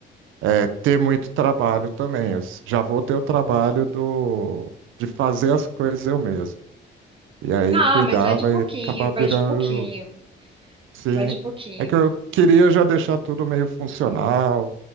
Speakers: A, on the right; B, on the right.
A: é, ter muito trabalho também. Eu s- já vou ter o trabalho do, de fazer as coisas eu mesmo. E aí
B: Ah,
A: cuidar
B: mas vai de
A: vai
B: pouquinho,
A: acabar virando.
B: vai de pouquinho,
A: Sim.
B: vai de pouquinho.
A: É que eu queria já deixar tudo meio funcional.